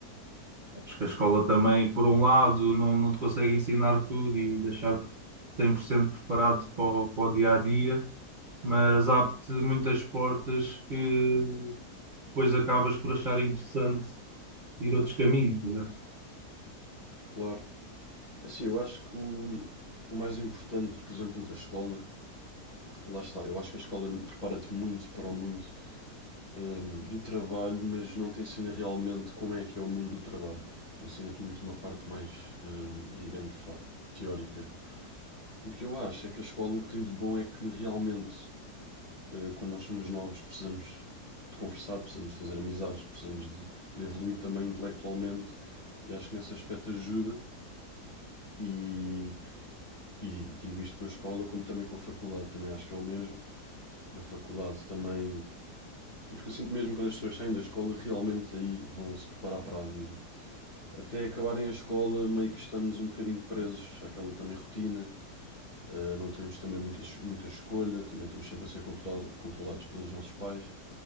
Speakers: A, on the right; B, on the left.
A: Acho que a escola também, por um lado, não, não te consegue ensinar tudo e deixar 100% preparado para o, para o dia a dia, mas abre-te muitas portas que depois acabas por achar interessante seguir outros caminhos. né?
B: Claro, assim, eu acho que o, o mais importante, por exemplo, da escola, lá está, eu acho que a escola prepara-te muito para o mundo hum, do trabalho, mas não te ensina realmente como é que é o mundo do trabalho. Ensina-te muito uma parte mais, hum, digamos, vá, teórica. O que eu acho é que a escola o que tem de bom é que realmente, eh, quando nós somos novos, precisamos de conversar, precisamos de fazer amizades, precisamos de, de evoluir também intelectualmente e acho que nesse aspecto ajuda. E, e digo isto com a escola, como também com a faculdade, também acho que é o mesmo. Na faculdade também Porque eu sinto mesmo que quando as pessoas saem da escola, realmente aí vão se preparar para a vida. Até acabarem a escola, meio que estamos um bocadinho presos àquela também rotina. eh, não temos também muita, muita escolha, também estamos sempre a ser controlado- controlados pelos nossos pais.